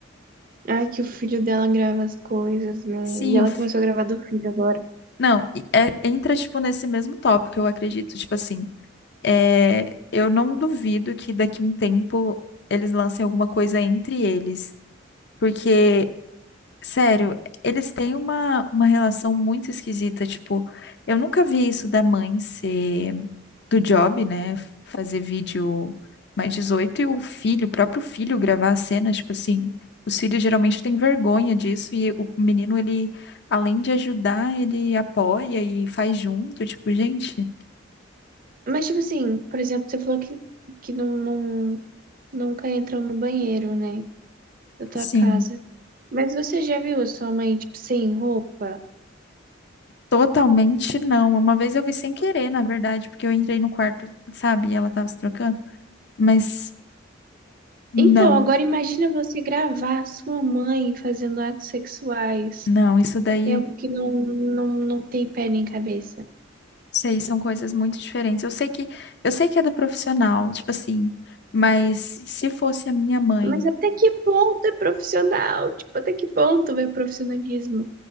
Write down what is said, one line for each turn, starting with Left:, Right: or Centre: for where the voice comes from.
Right: Ai, que o filho dela grava as coisas, né?
Left: Sim,
Right: E ela
Left: o f-
Right: começou a gravar do filho agora.
Left: não, e- é- entra, tipo, nesse mesmo tópico, eu acredito. Tipo assim, é, eu não duvido que daqui um tempo eles lancem alguma coisa entre eles. Porque Sério, eles têm uma, uma relação muito esquisita. Tipo, eu nunca vi isso da mãe ser do job, né? Fazer vídeo mais 18 e o filho, o próprio filho, gravar a cena. Tipo assim, os filhos geralmente têm vergonha disso e o menino, ele, além de ajudar, ele apoia e faz junto. Tipo, gente,
Right: Mas, tipo assim, por exemplo, você falou que, que não, não, nunca entram no banheiro, né? Da tua
Left: sim,
Right: casa. Mas você já viu a sua mãe, tipo, sem roupa?
Left: totalmente não. Uma vez eu vi sem querer, na verdade, porque eu entrei no quarto, sabe? E ela tava se trocando. Mas.
Right: Então,
Left: Não,
Right: agora imagina você gravar a sua mãe fazendo atos sexuais.
Left: não, isso daí
Right: É algo que não, não, não tem pé nem cabeça.
Left: Sei, são coisas muito diferentes. Eu sei que eu sei que é do profissional, tipo assim, mas se fosse a minha mãe,
Right: Mas até que ponto é profissional? Tipo, até que ponto é profissionalismo?